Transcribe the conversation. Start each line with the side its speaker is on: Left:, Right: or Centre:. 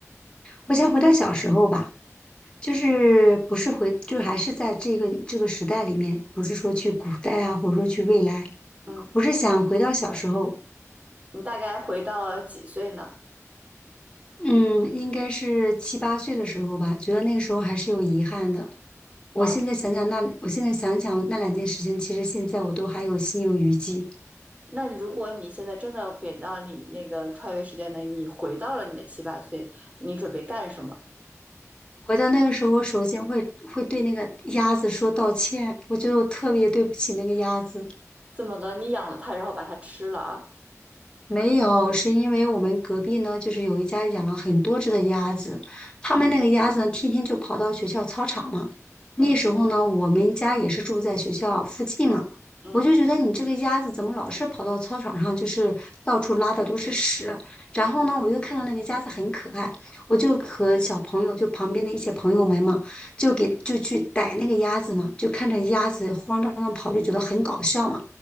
Left: 我想回到小时候吧，就是不是回，就是还是在这个这个时代里面，不是说去古代啊，或者说去未来，
Right: 嗯，
Left: 我是想回到小时候，
Right: 你大概回到几岁呢？
Left: 嗯，应该是七八岁的时候吧，觉得那个时候还是有遗憾的。我现在想想那，
Right: 嗯，
Left: 我现在想想那两件事情，其实现在我都还有心有余悸。
Right: 那你如果你现在真的给到你那个穿越时间的，你回到了你的七八岁，你准备干什么？
Left: 回到那个时候，我首先会会对那个鸭子说道歉，我觉得我特别对不起那个鸭子。
Right: 怎么的？你养了它，然后把它吃了啊？
Left: 没有，是因为我们隔壁呢，就是有一家养了很多只的鸭子，他们那个鸭子呢，天天就跑到学校操场嘛。那时候呢，
Right: 嗯
Left: 我们家也是住在学校附近嘛，
Right: 嗯
Left: 我就觉得你这个鸭子怎么老是跑到操场上，就是到处拉的都是屎。然后呢，我又看到那个鸭子很可爱，我就和小朋友，就旁边的一些朋友们嘛，就给就去逮那个鸭子嘛，就看着鸭子慌张张地跑，就觉得很搞笑嘛，